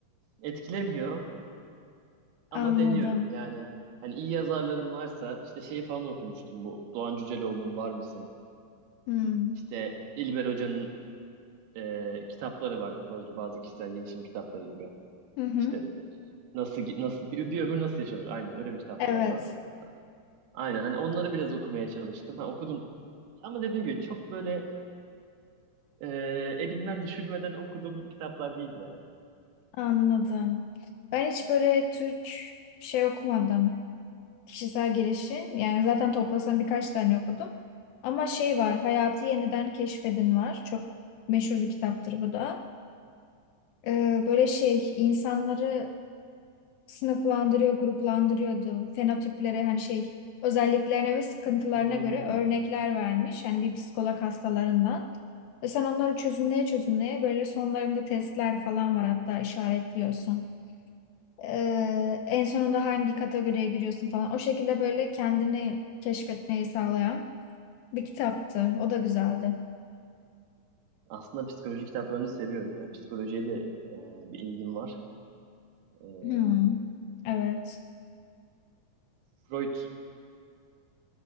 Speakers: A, on the right; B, on the left.
A: e, etkilemiyor ama
B: anladım.
A: deniyorum. Yani hani iyi yazarların varsa işte şeyi falan okumuştum bu. Doğan Cüceloğlu'nun Var mısın?
B: Hmm.
A: İşte İlber Hoca'nın e, kitapları var böyle bazı kişisel gelişim kitapları gibi.
B: Hı hı.
A: İşte nasıl nasıl bir, bir ömür nasıl yaşanır? Aynen öyle bir kitaptı
B: Evet,
A: galiba. Aynen hani onları biraz okumaya çalıştım. Ha, okudum ama dediğim gibi çok böyle e, elimden düşürmeden okuduğum kitaplar değil yani.
B: anladım. Ben hiç böyle Türk şey okumadım. Kişisel gelişim. Yani zaten toplasam birkaç tane okudum. Ama şey var, Hayatı Yeniden Keşfedin var. Çok meşhur bir kitaptır bu da. Ee, böyle şey, insanları sınıflandırıyor, gruplandırıyordu. Fenotipleri hani şey, özelliklerine ve sıkıntılarına
A: Hmm.
B: göre örnekler vermiş. Hani bir psikolog hastalarından. Ve sen onları çözümleye çözümleye böyle sonlarında testler falan var hatta işaretliyorsun. Ee, en sonunda hangi kategoriye giriyorsun falan. O şekilde böyle kendini keşfetmeyi sağlayan bir kitaptı. O da güzeldi.
A: Aslında psikoloji kitaplarını seviyorum ya. Psikolojiye de e, bir ilgim var. E,
B: Hmm. Evet.
A: Freud